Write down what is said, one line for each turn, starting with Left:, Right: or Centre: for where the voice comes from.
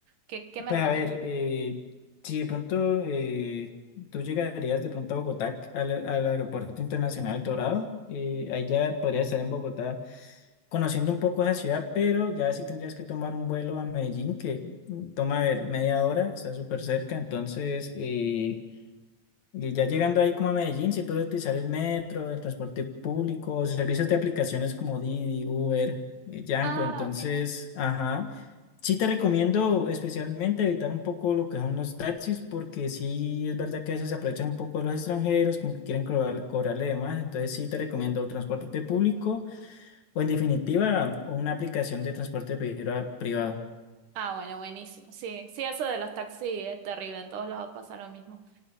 Right: ¿Qué, qué me
Left: Pues
Right: recomienda?
Left: a ver, eh, si de pronto eh, tú llegarías de pronto a Bogotá, al, al Aeropuerto Internacional Dorado, eh, ahí ya podrías estar en Bogotá conociendo un poco esa ciudad, pero ya sí tendrías que tomar un vuelo a Medellín, que mm, toma, a ver, media hora, está súper cerca, entonces... eh, y ya llegando ahí como a Medellín, se puede utilizar el metro, el transporte público, servicios de aplicaciones como Didi, Uber, eh, Yango.
Right: Ah,
Left: Entonces,
Right: genial.
Left: ajá. Sí te recomiendo especialmente evitar un poco lo que son los taxis, porque sí es verdad que a veces se aprovechan un poco de los extranjeros, como que quieren cobrar- cobrarle de más. Entonces sí te recomiendo transporte público o en definitiva una aplicación de transporte priva- privado.
Right: Ah, bueno, buenísimo. Sí, sí, eso de los taxis es terrible. En todos lados pasa lo mismo.